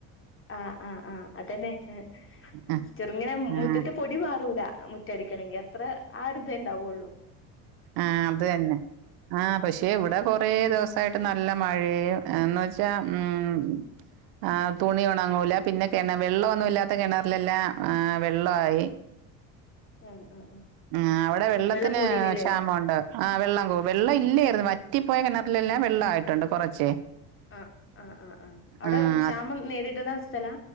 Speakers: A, on the left; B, on the right.
A: ആഹ് ആഹ് ആഹ്. അതന്നെ പക്ഷേ,
B: ആഹ്
A: ചെറുങ്ങനെ മുറ്റത്ത്
B: ആഹ്
A: പൊടി പാറൂല മുറ്റടിക്കണെങ്കി, അത്രെ ആ ഒര്തേണ്ടാവൊള്ളൂ.
B: ആഹ് അത് തന്നെ. ആഹ് പക്ഷേ ഇവിടെ
A: ഉം
B: കൊ റേ ദിവസായിട്ട് നല്ല മഴയും എന്ന് വെച്ചാ ഉം ആഹ് തുണി ഒണങ്ങൂല പിന്നെ, കെണ വെള്ള ഒന്നും ഇല്ലാത്ത കെണറിലെല്ലാം ആഹ് വെള്ള ആയി.
A: <inaudible> ആഹ് ആഹ്
B: ആഹ് അവിടെ വെള്ളത്തിന്
A: വെള്ളം കൂടീനില്ലേ
B: ഒണ്ട്. ആഹ് വെള്ളം വെള്ളം ഇല്ലേയ്ര്ന്നു, വറ്റിപ്പോയ കിണറിലെല്ലാം വെള്ള ആയിട്ടുണ്ട് കൊറച്ചേ.
A: ആഹ് ആഹ് ആഹ് ആഹ്‌. അവിടെ
B: ആഹ്
A: ക്ഷാമം നേരിട്ണെ സ്ഥലാ?